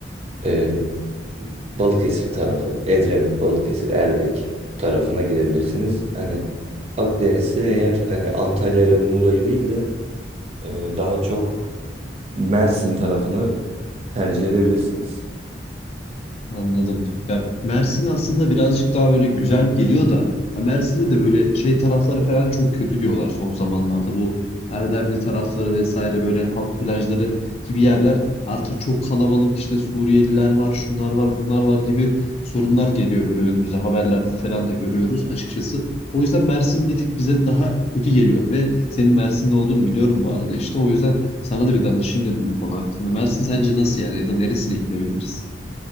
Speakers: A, on the right; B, on the left.
A: e, Balıkesir tarafı, Edremit, Balıkesir, Erdek tarafına gidebilirsiniz. Hani Akdeniz'de eğer hani Antalya ile Muğla'yı değil de e, daha çok Mersin tarafını tercih edebilirsiniz.
B: Anladım. Ya Mersin aslında birazcık daha böyle güzel geliyor da ya Mersin'de de böyle şey tarafları falan çok kötü diyorlar son zamanlarda. Bu Erdemli tarafları vesaire böyle halk plajları gibi yerler artık çok kalabalık işte Suriyeliler var, şunlar var, bunlar var gibi sorunlar geliyor böyle önümüze haberlerde falan da görüyoruz açıkçası. O yüzden Mersin bir tık bize daha kötü geliyor ve senin Mersin'de olduğunu biliyorum bu arada işte. O yüzden sana da bir danışayım dedim bu konu hakkında. Mersin sence nasıl yani ya da neresine gidebiliriz?